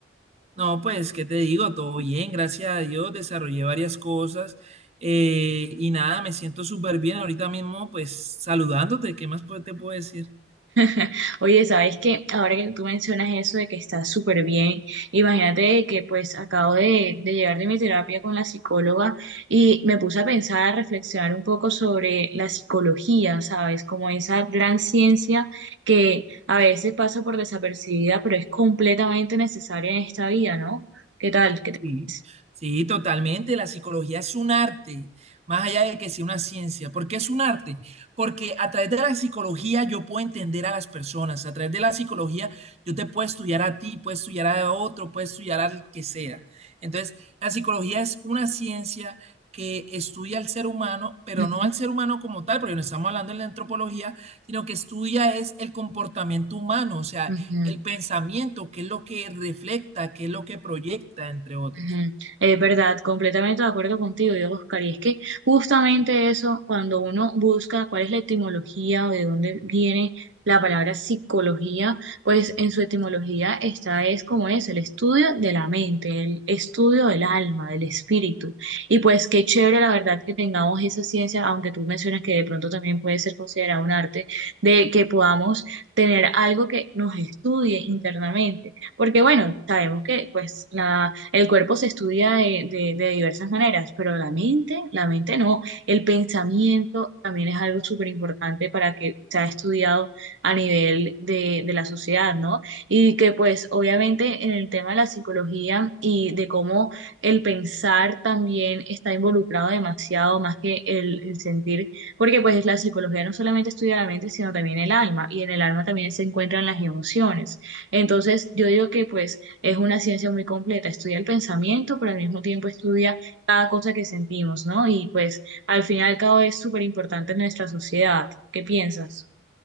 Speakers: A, on the right; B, on the right.
A: No, pues, ¿qué te digo? Todo bien, gracias a Dios, desarrollé varias cosas eh, y nada, me siento súper bien ahorita mismo, pues, saludándote, ¿qué más pu- te puedo decir?
B: <laughs> Oye, sabes que ahora que tú mencionas eso de que estás súper bien, imagínate que pues acabo de, de llegar de mi terapia con la psicóloga y me puse a pensar, a reflexionar un poco sobre la psicología, ¿sabes? Como esa gran ciencia que a veces pasa por desapercibida, pero es completamente necesaria en esta vida, ¿no? ¿Qué tal? ¿Qué te parece?
A: Sí, sí, totalmente. La psicología es un arte, más allá de que sea una ciencia. ¿Por qué es un arte? Porque a través de la psicología yo puedo entender a las personas. A través de la psicología yo te puedo estudiar a ti, puedo estudiar a otro, puedo estudiar al que sea. Entonces, la psicología es una ciencia que estudia al ser humano, pero
B: Ujú,
A: no al ser humano como tal, porque no estamos hablando en la antropología, sino que estudia es el comportamiento humano, o sea,
B: ujú.
A: el pensamiento, que es lo que refleja, que es lo que proyecta, entre otros.
B: Ujú. Es verdad, completamente de acuerdo contigo, yo, Oscar. Y es que justamente eso, cuando uno busca cuál es la etimología o de dónde viene la palabra psicología, pues en su etimología está es como es, el estudio de la mente, el estudio del alma, del espíritu. Y pues qué chévere la verdad que tengamos esa ciencia, aunque tú mencionas que de pronto también puede ser considerado un arte, de que podamos tener algo que nos estudie internamente. Porque bueno, sabemos que pues la el cuerpo se estudia de, de, de diversas maneras, pero la mente, la mente no. El pensamiento también es algo súper importante para que sea estudiado a nivel de, de la sociedad, ¿no? Y que pues obviamente en el tema de la psicología y de cómo el pensar también está involucrado demasiado más que el, el sentir, porque pues la psicología no solamente estudia la mente, sino también el alma, y en el alma también se encuentran las emociones. Entonces, yo digo que pues es una ciencia muy completa, estudia el pensamiento, pero al mismo tiempo estudia cada cosa que sentimos, ¿no? Y pues al final cada vez es súper importante en nuestra sociedad. ¿Qué piensas?